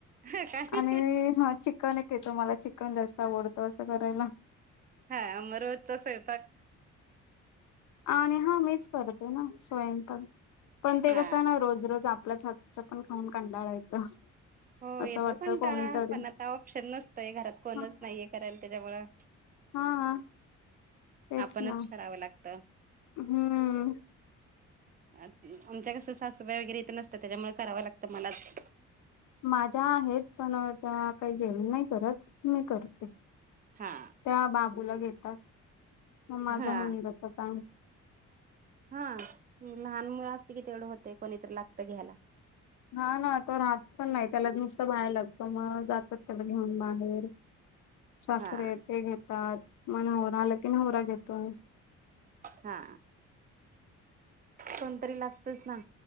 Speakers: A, on the right; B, on the left.
A: हा काय?
B: आणि चिकन एक येत तुम्हाला चिकन जास्त आवडतं असं करायला.
A: हा म रोजचा स्वयंपाक
B: आणि हा मीच करते ना स्वयंपण पण ते
A: हा.
B: कसं ना रोज रोज आपल्याच हातच खाऊन खाऊन कंटाळा येतो.
A: हो
B: असं
A: येतो
B: वाटतं
A: कंटाळा
B: कोणीतरी
A: पण आता ऑप्शन नसतय घरात कोणच
B: हा नाहीच
A: नाहीये करायला त्याच्यामुळं
B: हा तेच
A: आपणच
B: ना
A: करावं लागतं.
B: हम्म.
A: आमच्या कसं सासबाई वगैरे येत नसतं त्याच्यामुळे करावं लागतं मलाच.
B: माझ्या आहेत पण त्या काही जेवण नाही करत मी करते.
A: हा.
B: त्या बाबूला घेतात म माझा
A: हा
B: हुन जात काम.
A: हा लहान मुल असते की तेवढं होते कोणीतरी लागतं घ्यायला.
B: हा ना तो राहत पण नाही त्याला नुसतं बायर लागतो मग जातात त्याला घेऊन बाहेर सासरे
A: हा
B: ते घेतात म नवरा आला की नवरा घेतो.
A: हा कोणतरी लागतच ना.